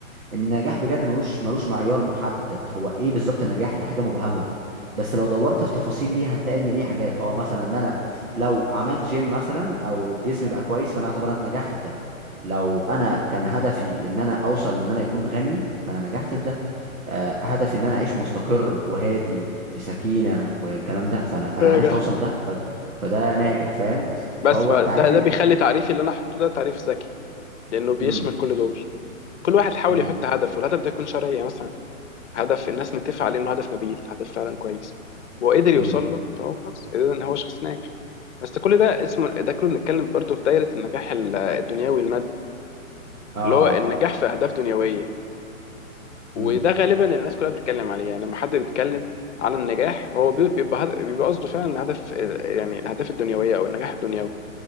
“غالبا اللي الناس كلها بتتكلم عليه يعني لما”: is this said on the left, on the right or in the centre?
Left